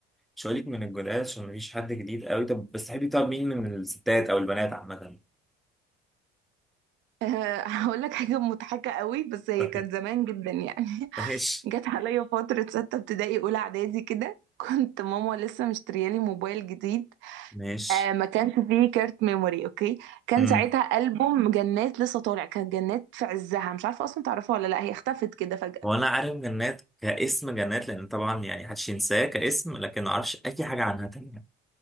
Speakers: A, in the centre; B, on the right (about 70°).
A: مش هقولك من الجولات عشان مفيش حد جديد قوي طب بس تحبي طب مين من الستات او البنات عامة
B: آه هقول لك حاجه مضحكه قوي بس هي
A: <laughs>
B: كانت
A: طيب
B: زمان جدا يعني
A: ماشي
B: جت عليا فترة ستة ابتدائي أولى إعدادي كده كنت ماما لسه مشتريالي موبايل جديد
A: ماشي
B: آه ما كانش فيه كارت ميموري أوكي كان
A: امم
B: ساعتها ألبوم جنات لسه طالع كانت جنات في عزها مش عارفة أصلا تعرفها ولا لأ هي اختفت كده فجأة
A: هو انا عارف جنات كاسم جنات لان طبعا يعني محدش ينساه كاسم لكن ما اعرفش اي حاجة عنها تانية